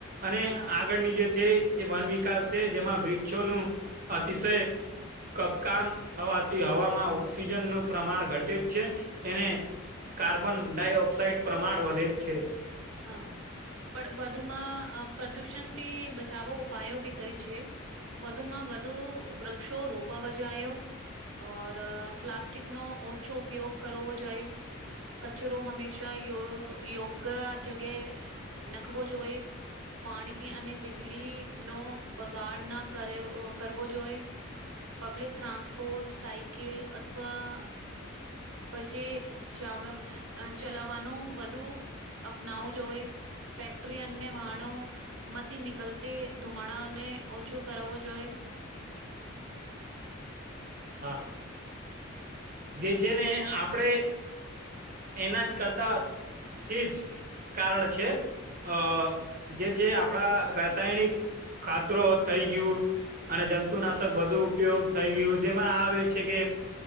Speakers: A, on the right; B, on the right.
A: અને
B: હા હા
A: આગળની જે છે એ વન વિકાસ છે જેમાં વૃક્ષો નું અતિશય કપકામ થવાથી હવામાં ઓક્સિજનનું પ્રમાણ ઘટે જ છે એને કાર્બન ડાયોક્સાઇડ પ્રમાણ વધે છે.
B: હા પણ વધુમાં આ પ્રદૂષણથી બચાવો ઉપાયો બી કરી છે. વધુમાં વધુ વૃક્ષો રોપવા જાયો. ઓર પ્લાસ્ટિક નો ઓછો ઉપયોગ કરવો જોઈ કચરો હંમેશા યો યોગ્ય જગાએ નખવો જોઈ. પાણી ની અને બીજલી નો બગાડ ના કરેવો કરવો જોએ. પબ્લિક ટ્રાન્સપોર્ટ સાયકીલ અથવા પછી ચા વા ચલાવવાનું વધુ અપનાવું જોએ ફેક્ટરી અને વાહણો માંથી નીકળતે ધુમાડાને ઓછો કરાવવો જોઈએ.
A: હા. જે છે ને આપડે એના જ કરતા થીજ કારણ છે અ જે છે આપણા રાસાયણિક ખાતરો થઈ ગયું અને જંતુનાશક બધુ ઉપયોગ થઈ ગયું જેમાં આવે છે કે